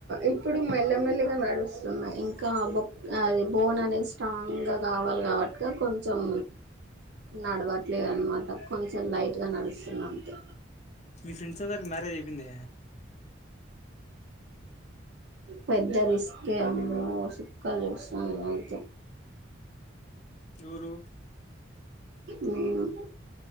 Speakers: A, on the right (about 60°); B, on the left (about 35°).
A: ఇప్పుడు మెల్లమెల్లిగా నడుస్తున్నా ఇంకా బొ బోన్ అనేది స్ట్రాంగ్గా కావాలి, కాబట్టిక కొంచెం నడవట్లేదునమాట కొంచెం లైట్గా నడుస్తున్నా అంతే
B: మీ ఫ్రెండ్స్ అందరికీ మ్యారేజ్ అయిపోయింద
A: పెద్ద రిస్కే అమ్మో సుక్కలు చూస్తానుఏమెఅంతే
B: జూరు
A: నేనా